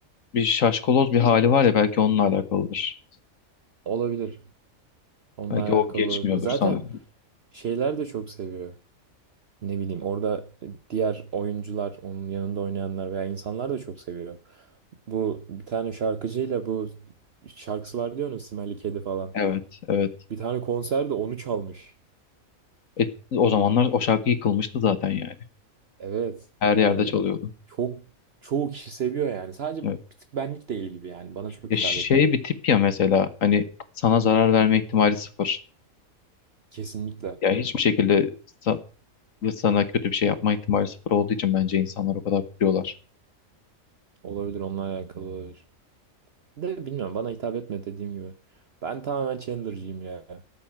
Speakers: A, on the left; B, on the right.
A: bir şaşkaloz bir hali var ya belki onunla alakalıdır.
B: olabilir. Onunla
A: Belki
B: alakalı
A: o geçmiyordur
B: olabilir. Zaten
A: sana.
B: şeyler de çok seviyor. Ne bileyim orada diğer oyuncular, onun yanında oynayanlar veya insanlar da çok seviyor. Bu bir tane şarkıcıyla bu şarkısı var diyorsunuz Smelly Kedi falan.
A: Evet, evet.
B: Bir tane konserde onu çalmış.
A: E, o zamanlar o şarkı yıkılmıştı zaten yani.
B: Evet.
A: Her
B: Yani
A: yerde çalıyordu.
B: çok çoğu kişi seviyor yani. Sadece
A: Evet.
B: bir tık benlik değil gibi yani. Bana çok
A: Ya
B: hitap
A: şey
B: etmiyor.
A: bir tip ya mesela hani sana zarar verme ihtimali sıfır.
B: Kesinlikle.
A: Ya hiçbir şekilde sa- ya sana kötü bir şey yapma ihtimali sıfır olduğu için bence insanlar o kadar kutluyorlar.
B: Olabilir onunla alakalı olabilir. De bilmiyorum bana hitap etme dediğim gibi. Ben tamamen Chandler'cıyım ya.